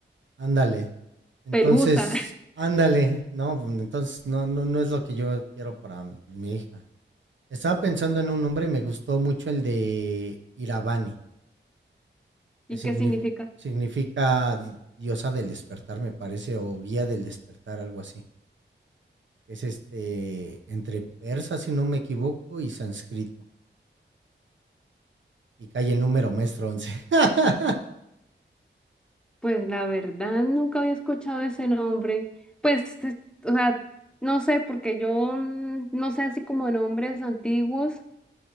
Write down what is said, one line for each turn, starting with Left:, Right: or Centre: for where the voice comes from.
Right: ándale. Entonces,
Centre: Pelusa.
Right: ándale, no, pues, entonces no, no, no es lo que yo quiero para mi hija. Estaba pensando en un nombre, me gustó mucho el de Iravani,
Centre: <laughs> ¿Y
Right: que
Centre: qué
Right: signif-
Centre: significa?
Right: significa di- diosa del despertar, me parece, o guía del despertar, algo así. es este entre persa, si no me equivoco, y sánscrito. Y cae el número maestro 11. <laughs>
Centre: Pues la verdad nunca había escuchado ese nombre. Pues, es- o sea, no sé, porque yo mm, no sé así como de nombres antiguos,